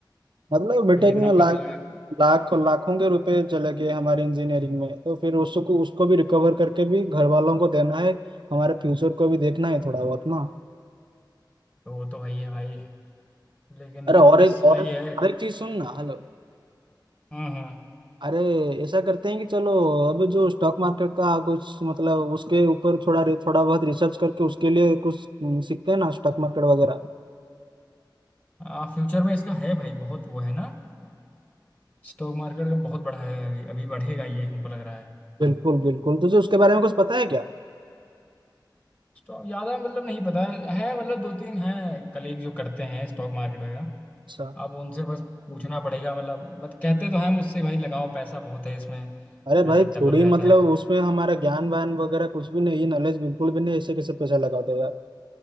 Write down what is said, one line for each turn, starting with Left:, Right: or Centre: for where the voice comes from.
Right: मतलब
Left: क्योंकि
Right: बीटेक
Left: इतना
Right: में लाख
Left: पैसा लगा
Right: लाख लाखों के रुपए चले गए हमारे इंजीनियरिंग में तो फिर उसको उसको भी रिकवर करके भी घर वालों को देना है हमारे फ्यूचर को भी देखना है थोड़ा बहुत ना
Left: तो वो तो वही है भाई लेकिन
Right: अरे और
Left: बस
Right: एक और
Left: वही
Right: एक
Left: है
Right: और एक चीज सुन ना हेलो
Left: हाँ
Right: अरे ऐसा करते हैं कि चलो अभी जो स्टॉक मार्केट का कुछ मतलब उसके ऊपर थोड़ा थोड़ा बहुत रिसर्च करके उसके लिए कुछ हम्म, सीखते हैं ना स्टॉक मार्केट वगैरह
Left: हाँ फ्यूचर में इसका है भाई बहुत वो है ना स्टॉक मार्केट का बहुत बढ़ा है अभी अभी बढ़ेगा ये हमको लग रहा है
Right: बिल्कुल बिल्कुल तुझे उसके बारे में कुछ पता है क्या
Left: स्टॉक ज्यादा मतलब नहीं पता है मतलब दो तीन हैं कलीग जो करते हैं स्टॉक मार्केट वगैरह
Right: अच्छा
Left: आप उनसे बस पूछना पड़ेगा मतलब बट कहते तो हैं मुझसे भाई लगाओ पैसा बहुत है इसमें
Right: अरे भाई
Left: पैसा डबल
Right: थोड़ी
Left: हो जाता
Right: मतलब
Left: है
Right: उसमें हमारा ज्ञान वान वगैरह कुछ भी नहीं है नॉलेज बिल्कुल भी नहीं ऐसे कैसे पैसा लगा दो यार